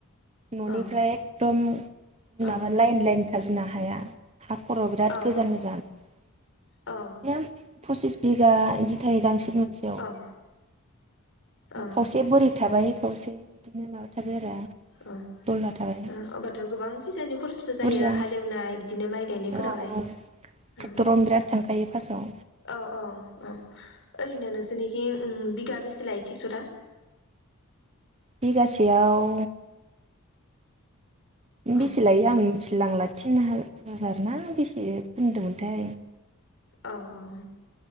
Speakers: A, on the right; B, on the left.
A: न'निफ्राय
B: औ
A: एकदम
B: औ
A: माबा लाइन लाइन खाजोंना हाया। हाखर'आव बिराद
B: औ
A: गोजान
B: औ
A: गोजान बिदिनो
B: औ
A: फसिस बिघा इदि थायो दां सिथ मोनसेयाव
B: औ औ
A: खावसे बोरि थाबाय खावसे इदिनो माबा थाबाय आरो।
B: अ ओ
A: दलहा थाबाय
B: अब्लाथ' गोबां फैसानि खरसबो जायो
A: बुरजा
B: हालेवनाय बिदिनो माइ गायनायफोरावहाय
A: औ औ ट्रेक्टरावनो
B: ओ औ।
A: बिराद थांखायो फार्स्टआव
B: औ औ ओं ओरैनो नोंस नोंसिनिखिंं उम बिघा बेसे लायो टेक्टरा?
A: बिगासेयाव बेसे
B: औ
A: लायो आं तिलांला तिन हाजार ना बेसे होनदोंमोनथाय।
B: औ औ